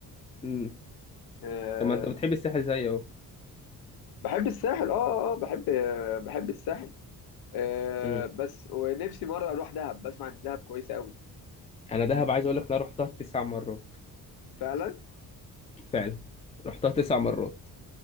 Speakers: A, on the left; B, on the left.
A: امم
B: آه،
A: طب ما انت بتحب الساحل زيي اهو
B: بحب الساحل اه اه آه، بحب بحب الساحل آه
A: مم.
B: بس ونفسي مرة أروح دهب بسمع إن دهب كويسة أوي
A: انا دهب عايز اقول لك انا رحتها تسع مرات
B: فعلا
A: فعلا رحتها تسع مرات